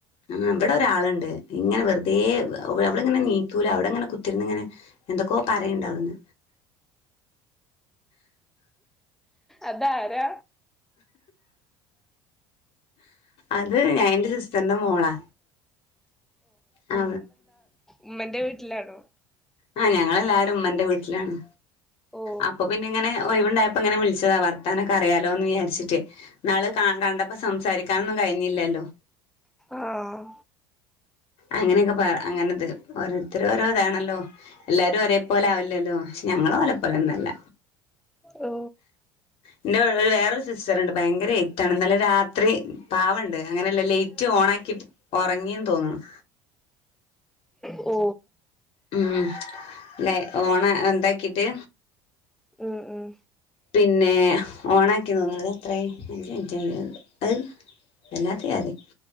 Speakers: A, on the left; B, in the centre.
A: ആ അവിടെ ഒരാളുണ്ട് ഇങ്ങനെ വെറുതെ അവള ഇങ്ങനെ നീക്കൂല അവിടെ ഇങ്ങനെ കുത്തിരുന്ന് ഇങ്ങനെ എന്തൊക്കോ പറയുണ്ടകന്ന്
B: അതാര
A: അത് ഞാൻ എന്റെ സിസ്റ്ററിന്റെ മോളാ ആ
B: ഉമ്മൻ്റെ വീട്ടിലാണോ
A: ആഹ് ഞങ്ങളെ എല്ലാരും ഉമ്മന്റെ വീട്ടിലാണ്
B: ഓ
A: അപ്പൊ പിന്നെ ഇങ്ങനെ ഒഴവുണ്ടായപ്പോ ഇങ്ങനെ വിളിച്ചതാ വർത്താന ഒക്കെ അറിയാലോ എന്ന് വിചരിച്ചിട്ട് നാള് കണ്ടപ്പോ സംസാരിക്കാനൊന്നും കഴിഞ്ഞില്ലല്ലോ
B: ആഹ്
A: അങ്ങനെയൊക്കെ പറ അങ്ങനെത് ഓരോരുത്തര ഓരോ ഇതാണല്ലോ എല്ലാരും ഒരേ പോലെ ആവില്ലല്ലോ പക്ഷെ ഞങ്ങളും വലപ്പോലെ ഒന്നല്ല
B: ഓ
A: എന്റെ വേറൊരു സിസ്റ്റർ ഉണ്ട് ഭയങ്കര റ്റാണ് എന്നലെ രാത്രി പാവണ്ട് അങ്ങനെയല്ല ലേറ്റ് ഓണ ആക്കി ഉറങ്ങിന്ന് തോന്നുന്നു
B: ഓ
A: ഉം അല്ല ഓണ എന്താക്കീട്ട്
B: ഉം ഉം
A: പിന്നെ ഓണ ആക്കി തോന്നണത് എത്ര അഞ്ച് മിനിറ്റ് അത് എന്നാത്തി അതി